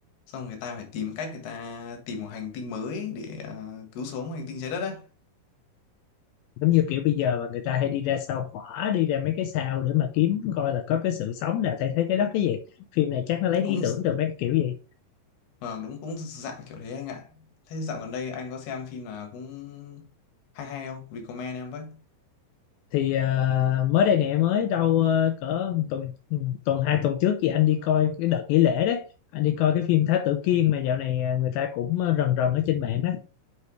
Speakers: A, on the left (about 70°); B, on the left (about 80°).
A: xong người ta phải tìm cách người ta tìm một hành tinh mới để ờ, cứu sống hành tinh trái đất á
B: giống như kiểu bây giờ mà người ta hay đi ra sao hỏa đi ra mấy cái sao để mà kiếm coi là có cái sự sống nào thay thế trái đất cái gì phim này chắc nó lấy ý
A: cũng
B: tưởng từ mấy cái kiểu gì
A: vâng đúng cũng dạng kiểu thế anh ạ thế dạo gần đây anh có xem phim nào cũng hay hay không recommend em với
B: thì ờ, mới đây nè mới đâu ờ, cỡ tuần tuần hai tuần trước thì anh đi coi cái đợt nghỉ lễ đấy anh đi coi cái phim Thái Tử Kiên mà dạo này ờ, người ta cũng ờ, rần rần ở trên mạng á